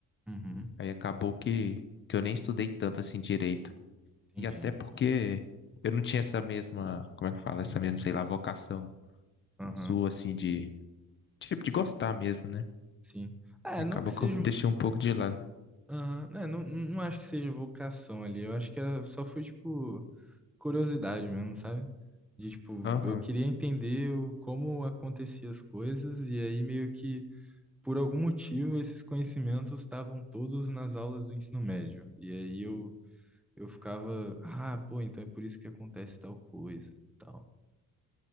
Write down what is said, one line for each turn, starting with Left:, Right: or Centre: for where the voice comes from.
Centre: uhum,
Left: Aí acabou que, que eu nem estudei tanto assim direito.
Centre: entendi.
Left: E até porque eu não tinha essa mesma, como é que fala, essa mesma, sei lá, vocação
Centre: Aham,
Left: sua assim de, tipo, de gostar mesmo, né?
Centre: sim. É,
Left: Aí Acabou
Centre: não que seja
Left: que eu deixei um pouco de lado.
Centre: Aham. É, não, não acho que seja vocação ali. Eu acho que era, só foi, tipo, curiosidade mesmo, sabe? De, tipo,
Left: Aham,
Centre: eu queria entender o, como aconteciam as coisas, e aí meio que, por algum motivo, esses conhecimentos estavam todos nas aulas do ensino médio. E aí eu, eu ficava, ah, pô, então é por isso que acontece tal coisa, tal,